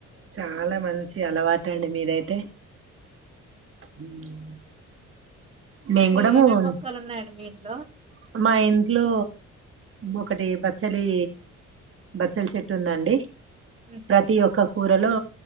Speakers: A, on the right (about 45°); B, on the right (about 20°).
A: చాలా మంచి అలవాటు అండి మీదైతే. ఉమ్ మేము
B: మీరు
A: గూడా మూన్,
B: ఏమేమి మొక్కలు ఉన్నాయండి మీ ఇంట్లో
A: ఇప్పుడ్ మా ఇంట్లో ఒకటి బచ్చలి బచ్చల్ చెట్టు ఉందండి.
B: ఉహు
A: ప్రతి ఒక్క కూరలో